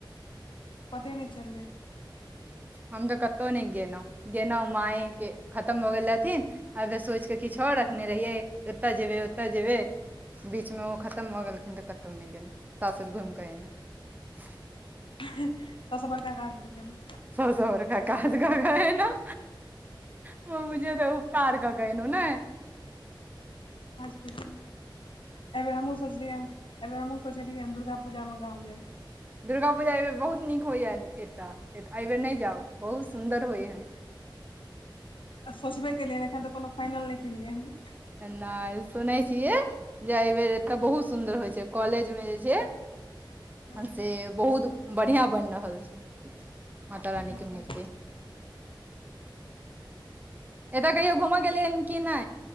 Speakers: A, on the left (about 80°); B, on the right (about 20°).
A: पते नहि चले ह।
B: हम तऽ कतहु नहि गेलहुं गेलहुं माँ के खतम हो गेल रहथिन। आउर सोच के। किछो रखने रहियै। ओतय जेबे ओतय जेबै। बीच में ओ खतम भऽ गेलखिन। तऽ कतहु नहि गेल सासुर घुमि। कऽ एयलहु।
A: हाँ सभ। सँ बड़का काज प केलहुँ।
B: सभ से बड़का काज क के आइले न। तऽ उपकार। कैलका न।
A: एहि बेर हमहहुँ सोचलिय एहि बेर हमहहुँ सोचलियै दुर्गा पूजा में गाँव जायब।
B: दुर्गा पूजा अबेर बहुत नीक होइ ह एतय एहिबेर नहि जाउ बहुत सुन्दर। होइ हइ।
A: त सोचबे केलियै। एखन तऽ कोनो फाइनल नहि केलियै हे।
B: नहि सुनै छियै जे एहि बेर एतऽ
A: हँ
B: बहुत सुन्दर। बहुत सुन्दर होइ छै। कॉलेजमे जे छै।
A: हँ
B: से बहुत बढ़ियां बनि। रहल छै। माता रानी
A: अच्छा
B: के मूर्ति। एत। कहिओ घुमऽ गेलयेन की नै।